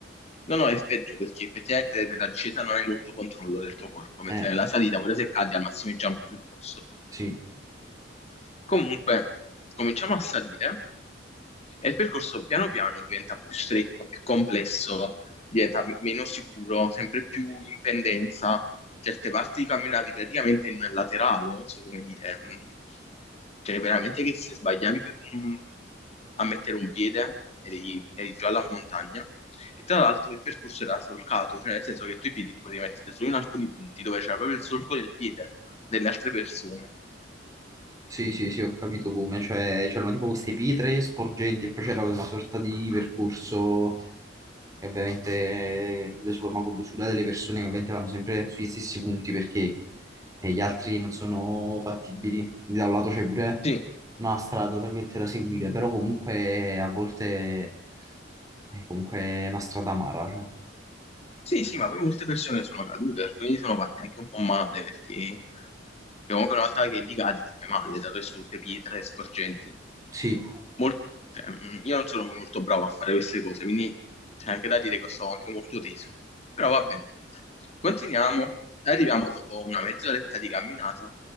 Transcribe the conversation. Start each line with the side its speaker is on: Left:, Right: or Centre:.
Left: no, no, è peggio perché effettivamente nella discesa non hai molto controllo del tuo corpo, mentre
Right: Eh,
Left: nella salita, pure se cadi, al massimo i giampi sul posto.
Right: sì.
Left: Comunque, cominciamo a salire E il percorso piano piano diventa più stretto, più complesso, diventa m- meno sicuro, sempre più in pendenza. Certe parti camminavi praticamente in laterale, non so come dire. mm, Cioè, veramente che se sbagliavi per un- a mettere un piede eri, eri già alla montagna. E tra l'altro il percorso era solcato, cioè nel senso che tu i piedi li potevi mettere solo in alcuni punti dove c'era proprio il solco del piede delle altre persone.
Right: Sì, sì, sì, ho capito come, cioè c'erano tipo queste pietre sporgenti e poi c'era una sorta di percorso che ovviamente eh, lo si forma con l'usura delle persone che ovviamente vanno sempre sugli stessi punti perché eh, gli altri non sono fattibili, quindi da un lato c'è pure
Left: Sì,
Right: una strada tra virgolette, da seguire, però comunque a volte è comunque una strada amara. cioè.
Left: Sì, sì, ma poi molte persone sono cadute, quindi sono fatte anche un po' male, perché comunque una volta che li cadi ti fai male, dato che sono tutte pietre sporgenti.
Right: Sì,
Left: Mol- cioè, mh, io non sono molto bravo a fare queste cose, quindi c'è anche da dire che stavo anche molto teso. Però va bene, continuiamo. Arriviamo dopo una mezz'oretta di camminata